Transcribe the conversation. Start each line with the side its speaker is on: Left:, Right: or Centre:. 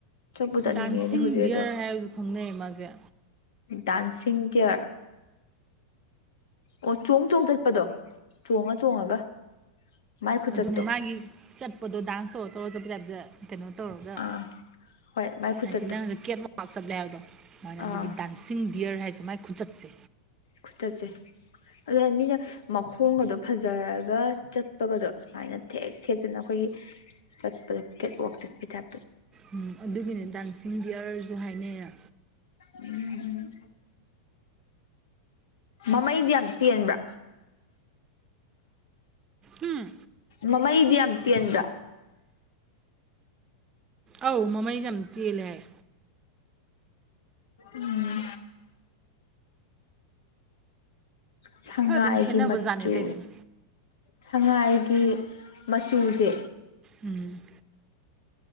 Left: ꯆꯠꯄꯨ ꯆꯠꯅꯤꯡꯉꯦꯅꯦ
Right: ꯗꯗꯥꯥꯟꯁꯤꯤꯡ
Left: ꯍꯧꯖꯤꯛ
Right: ꯗꯗꯤꯌꯔ
Left: ꯑꯗꯣ
Right: ꯍꯥꯏ ꯑꯣꯖꯛ ꯈꯪꯅ ꯃꯥꯖꯦ
Left: ꯗꯥꯟꯁꯤꯤꯡ ꯇꯦꯌꯥꯔ ꯑꯣ ꯆꯣꯡ ꯆꯣꯡ ꯆꯠꯄꯗꯣ ꯆꯣꯡꯉ ꯆꯣꯡꯉꯒ ꯃꯥꯏ ꯈꯨꯆꯠꯇꯣ
Right: ꯑꯗꯨꯅ ꯃꯥꯒꯤ ꯆꯠꯄꯗꯣ ꯗꯥꯟꯁ ꯇꯧꯔ ꯇꯧꯔ ꯆꯠꯄꯗ ꯍꯥꯏꯕꯁꯦ ꯀꯩꯅꯣ ꯇꯧꯔꯒ
Left: ꯑꯥ ꯍꯣꯏ ꯃꯥꯏ ꯈꯨꯆꯠꯇꯣ
Right: ꯍꯥꯏꯗꯤ ꯅꯪꯁꯨ ꯀꯦꯠ ꯃ ꯆꯠꯂꯦ ꯍꯥꯏꯕ ꯁꯨꯃꯥꯏꯅ
Left: ꯑꯥ
Right: ꯑꯗꯨꯗꯒꯤ ꯗꯥꯟꯁꯤꯡ ꯗꯤꯌꯔ ꯍꯥꯏꯁꯦ ꯃꯥꯏ ꯈꯨꯆꯠꯁꯦ
Left: ꯈꯨꯆꯠꯁꯦ ꯑꯗꯨ ꯃꯤꯅ ꯃꯈꯣꯡꯒ ꯑꯗꯨꯣ ꯐꯖꯔꯒ ꯆꯠꯄꯒꯗꯣ ꯁꯨꯃꯥꯏꯅ ꯊꯦꯛ ꯊꯦꯛꯇꯅ ꯑꯩꯈꯣꯏꯒꯤ ꯆꯠꯄꯗ ꯀꯦꯠꯋꯥꯛ ꯆꯠꯀꯦ ꯇꯥꯏꯞ
Right: ꯎꯝ ꯑꯗꯨꯒꯤꯅꯦ ꯗꯥꯟꯁꯤꯡꯒꯤ ꯗꯌꯥꯔꯁꯨ ꯍꯥꯏꯅꯩꯅ
Left: ꯎꯝ ꯃꯃꯩꯗꯤ ꯌꯥꯝ ꯇꯦꯟꯕ꯭ꯔ
Right: ꯎꯝ
Left: ꯃꯃꯩꯗꯤ ꯌꯥꯝꯝꯇꯦꯟꯗ꯭ꯔ
Right: ꯑꯧ ꯃꯃꯩꯁꯦ ꯌꯥꯝ ꯆꯦꯜꯂꯦ ꯍꯥꯏ
Left: ꯎꯝ ꯁꯉꯥꯏꯒꯤ
Right: ꯈꯔ ꯑꯗꯨꯝ ꯈꯦꯠꯅꯕꯖꯥꯠꯅꯦ
Left: ꯃꯆꯨ
Right: ꯑꯇꯩꯗꯒꯤ
Left: ꯁꯉꯥꯏꯒꯤ ꯃꯆꯨꯁꯦ
Right: ꯎꯝ